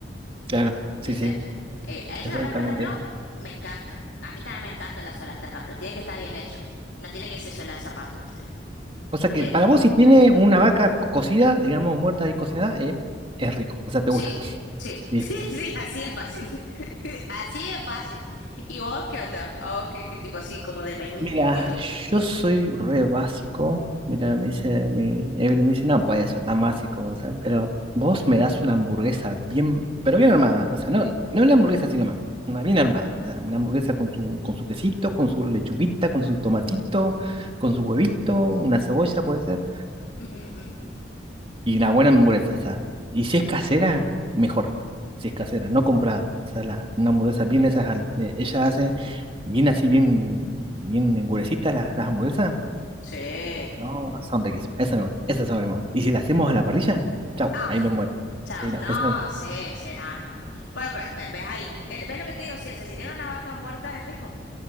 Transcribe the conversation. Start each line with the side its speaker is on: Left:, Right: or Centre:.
Right: Claro,
Left: ¿viste?
Right: sí, sí,
Left: Eh, a ese
Right: exactamente.
Left: también, por ejemplo, me encanta. A mí también me encanta la suela hasta acá, pero tiene que estar bien hecho. No tiene que ser suela de zapato, ¿viste?
Right: O sea
Left: Eh,
Right: que para vos, si tiene una vaca co- cocida, digamos, muerta y cocinada, eh, es rico. O sea, te
Left: sí,
Right: gusta. <laughs>
Left: sí,
Right: Listo.
Left: <laughs> sí, sí, así es fácil. <laughs> Así es fácil. ¿Y vos qué onda? ¿A vos qué, qué tipo así como de menú,
Right: Mira,
Left: qué, qué te gusta?
Right: yo soy re básico. Mira, me dice, mi Evelyn me dice, no puede ser tan básico, o sea, pero vos me das una hamburguesa bien, pero bien armada, o sea, no, no una hamburguesa sino más, una bien armada, o sea, una hamburguesa con su, con su quesito, con su lechuguita, con su tomatito, con su huevito, una cebolla puede ser,
Left: <laughs> Ujú, ujú, ujú.
Right: y una buena hamburguesa, o sea. Y si es casera, mejor. Si es casera, no comprada. O sea, la, una hamburguesa bien esas, al- eh, ella hace bien así, bien, bien engurecitas las, las hamburguesas.
Left: Sí.
Right: No, son riquísimas. Esas me gustan, esas son las que me gustan. Y si las hacemos a la parrilla, chau,
Left: Ah,
Right: ahí me muero.
Left: Chao.
Right: Sí, no,
Left: No,
Right: esa.
Left: sí, sí, no, no, no. Bueno, pero ve- ves ahí. El- ¿Ves lo que te digo? Si se sintieron una vaca muerta, es rico.